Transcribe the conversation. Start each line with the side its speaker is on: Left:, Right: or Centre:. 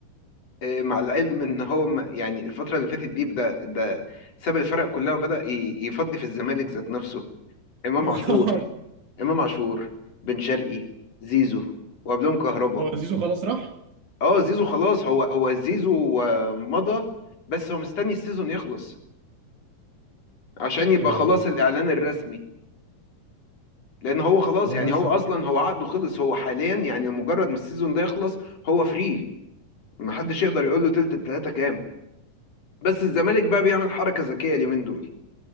Left: آه، مع العلم ان هو م- يعني الفترة اللي فاتت دي بدأ ده ساب الفرق كلها وبدأ ي- يفضي في الزمالك ذات نفسه امام
Right: <laughs>
Left: عاشور امام عاشور بن شرقي زيزو وقبلهم كهربا
Right: هو زيزو خلاص راح
Left: اه زيزو خلاص هو هو زيزو آه، مضى بس هو مستني السيزون يخلص عشان يبقى
Right: يا نهار
Left: خلاص
Right: أبيض.
Left: الاعلان الرسمي لان هو خلاص
Right: والله
Left: يعني
Right: ازاي
Left: هو اصلا هو عقده خلص هو حاليا يعني مجرد ما السيزون ده يخلص هو فري محدش يقدر يقول له تلت التلاته كام بس الزمالك بقى بيعمل حركه ذكيه اليومين دول